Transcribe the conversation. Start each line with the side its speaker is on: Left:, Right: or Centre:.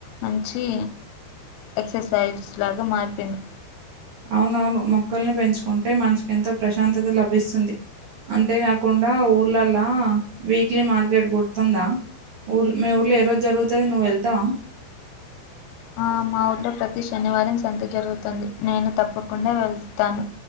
Left: మంచి ఎక్ససైజ్ లాగా మారిపోయింది
Right: అవునువును మొక్కల్ని పెంచుకుంటే మనసుకు ఎంతో ప్రశాంతత లభిస్తుంది అంతేకాకుండా ఊర్లలా వీక్లీ మార్కెట్ గుర్తుందా ఊర్ మీ ఊర్లో ఏ రోజు జరుగుతది నువ్వు వెళ్తావా
Left: ఆ మా ఊర్లో ప్రతి శనివారం సంత జరుగుతుంది నేను తప్పకుండా వెళ్తాను